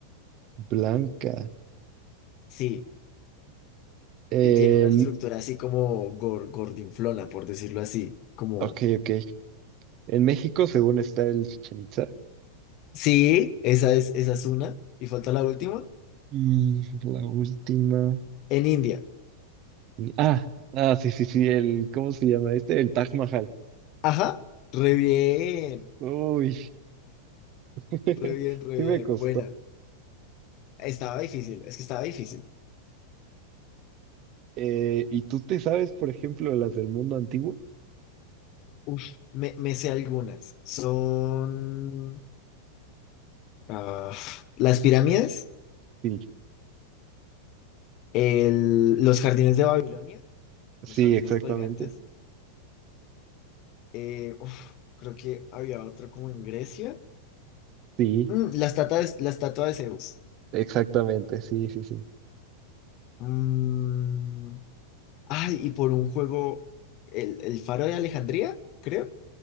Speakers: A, on the right (about 40°); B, on the left (about 40°).
A: Blanca.
B: Sí,
A: En-
B: y tiene una estructura así como gor- gordinflona, por decirlo así. Como,
A: ok, ok. En México, según está el Chichén Itzá.
B: sí, esa es, esa es una. Y falta la última,
A: Y la última.
B: en India.
A: Ah, ah, sí, sí, sí. El, ¿cómo se llama este? El Taj Mahal.
B: Ajá, re bien,
A: Uy. <laughs>
B: re bien, re
A: Sí
B: bien.
A: me costó.
B: Buena. Estaba difícil, es que estaba difícil.
A: Eh, ¿y tú te sabes, por ejemplo, las del mundo antiguo?
B: Uf, me, me sé algunas. Son ah, las pirámides.
A: Sí,
B: El- los jardines de Babilonia,
A: sí,
B: los jardines
A: exactamente.
B: colgantes. eh, uf, creo que había otro como en Grecia.
A: Sí,
B: Mm, la estatua de, la estatua de Zeus.
A: exactamente, sí, sí, sí.
B: Mm, ay, y por un juego, el, el faro de Alejandría, creo.